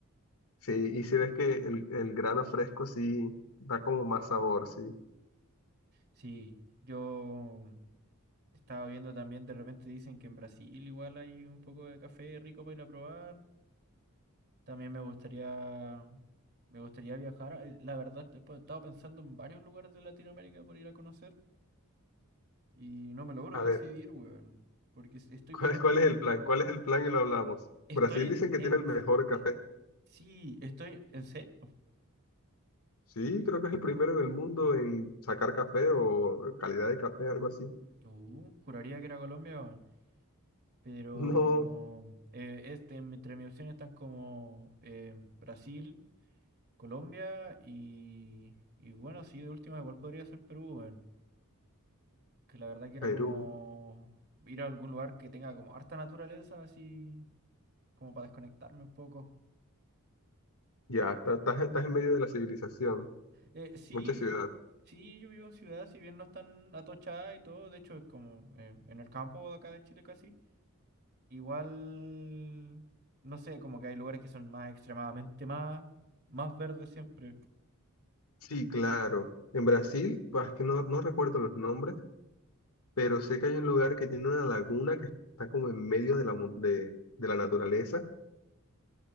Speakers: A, on the left; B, on the right.
A: Sí, y si ves que el, el grano fresco sí da como más sabor, sí.
B: Sí, yo estaba viendo también, de repente dicen que en Brasil igual hay un poco de café rico para ir a probar. También me gustaría, me gustaría viajar. Eh, La verdad, te- pues, he estado pensando en varios lugares de Latinoamérica por ir a conocer. Y no me logro
A: A
B: decidir,
A: ver,
B: weón. Porque es-
A: <laughs>
B: estoy
A: ¿cuál,
B: como entre.
A: cuál es el plan? ¿Cuál es el plan y lo hablamos?
B: Estoy
A: Brasil
B: en.
A: dicen que
B: en-
A: tiene el mejor café.
B: eh, Sí, estoy. ¿En serio?
A: Sí, creo que es el primero en el mundo en sacar café o calidad de café, algo así. <laughs>
B: Uh, juraría que era Colombia, weón. Pero.
A: No,
B: eh, este, em, entre mis opciones están como. eh, Brasil, Colombia y. Y bueno, sí, de última igual podría ser Perú, weón. Que la verdad quiero
A: Perú,
B: como. Ir a algún lugar que tenga como harta naturaleza, así. Como para desconectarme un poco.
A: ya, está- estás, estás en medio de la civilización,
B: Eh, sí,
A: muchas ciudades.
B: sí, yo vivo en ciudad, si bien no es tan atochada y todo, de hecho es como eh, en el campo de acá de Chile casi. Igual, no sé, como que hay lugares que son más extremadamente más, más verdes siempre.
A: Sí, claro. En Brasil, pues, es que no, no recuerdo los nombres, pero sé que hay un lugar que tiene una laguna que está como en medio de la, mon- de, de la naturaleza.